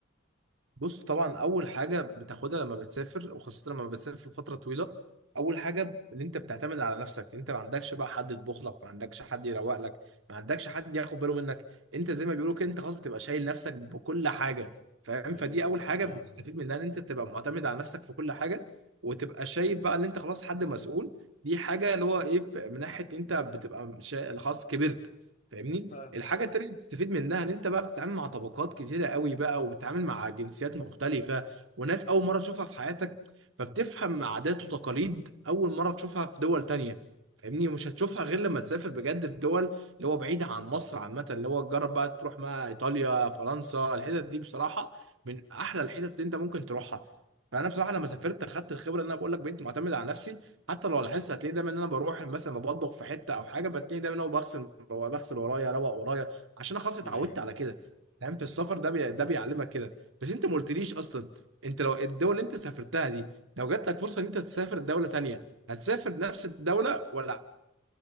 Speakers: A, on the right (about 65°); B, on the left (about 40°).
A: بص طبعا اول حاجه بتاخدها لما بتسافر وخاصه لما بتسافر فتره طويله اول حاجه ان انت بتعتمد على نفسك انت ما عندكش بقى حد يطبخ لك ما عندكش حد يروق لك ما عندكش حد ياخد باله منك انت زي ما بيقولوا كده انت خلاص بتبقى شايل نفسك بكل حاجه فاهم
B: ايوه
A: فدي اول
B: ايوه
A: حاجه
B: فاهم
A: بتستفيد منها ان انت تبقى معتمد على نفسك في كل حاجه وتبقى شايف بقى ان انت خلاص حد مسؤول دي حاجه اللي هو ايه ف- من ناحيه انت بتبقى شا- خلاص كبرت فاهمني
B: فاهم
A: الحاجة التانية اللي بتستفيد منها ان انت بقى بتتعامل مع طبقات كتيرة قوي بقى وبتتعامل مع جنسيات مختلفة وناس اول مرة تشوفها في حياتك فبتفهم عادات وتقاليد اول مرة تشوفها في دول تانية فاهمني مش هتشوفها غير لما تسافر بجد في دول اللي هو بعيدة عن مصر عامة اللي هو تجرب بقى تروح ما ايطاليا فرنسا الحتت دي بصراحة من احلى الحتت اللي انت ممكن تروحها فانا بصراحة لما سافرت اخدت الخبرة اللي انا بقول لك بقيت معتمد على نفسي حتى لو لاحظت هتلاقيه دايما ان انا بروح مثلا بطبخ في حته او حاجه بتلاقي دايما انا بغسل بغسل ورايا اروق ورايا عشان انا خلاص اتعودت
B: ايوه
A: على
B: ايوه
A: كده فاهم في السفر ده بي... ده بيعلمك كده بس انت ما قلتليش اصلا انت لو الدول اللي انت سافرتها دي لو جات لك فرصه ان انت تسافر دوله تانية هتسافر نفس الدوله ولا